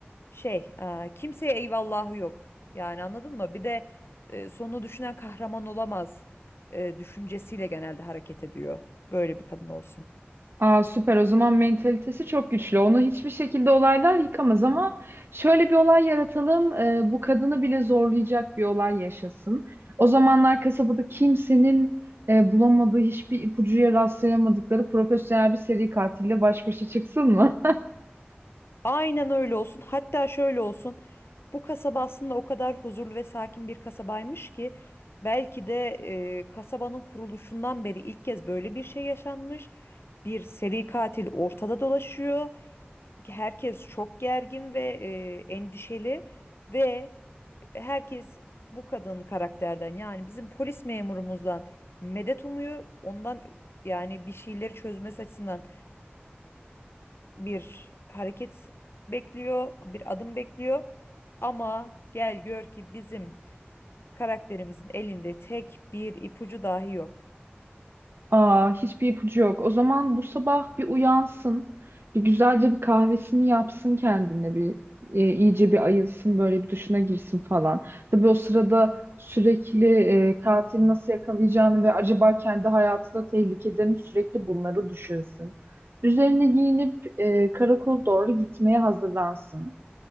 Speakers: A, on the left; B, on the right.
A: şey e, kimseye eyvallahı yok. Yani anladın mı? Bir de e, sonunu düşünen kahraman olamaz e, düşüncesiyle genelde hareket ediyor. Böyle bir kadın olsun.
B: Aa, süper o zaman mentalitesi çok güçlü. Onu hiçbir şekilde olaylar yıkamaz ama şöyle bir olay yaratalım. e, bu kadını bile zorlayacak bir olay yaşasın. O zamanlar kasabada kimsenin e, bulamadığı hiçbir ipucuya rastlayamadıkları profesyonel bir seri katille baş başa çıksın mı?
A: Aynen öyle olsun. Hatta şöyle olsun. Bu kasaba aslında o kadar huzurlu ve sakin bir kasabaymış ki belki de e, kasabanın kuruluşundan beri ilk kez böyle bir şey yaşanmış. Bir seri katil ortada dolaşıyor. Herkes çok gergin ve e, endişeli ve herkes bu kadın karakterden yani bizim polis memurumuzdan medet umuyor. Ondan yani bir şeyleri çözmesi açısından bir hareket bekliyor, bir adım bekliyor. Ama gel gör ki bizim karakterimizin elinde tek bir ipucu dahi yok.
B: Aa, hiçbir ipucu yok. O zaman bu sabah bir uyansın, bir güzelce bir kahvesini yapsın kendine, bir e, iyice bir ayılsın, böyle bir duşuna girsin falan. Tabii o sırada sürekli e, katili nasıl yakalayacağını ve acaba kendi hayatı da tehlikede mi sürekli bunları düşünsün. Üzerine giyinip e, karakola doğru gitmeye hazırlansın.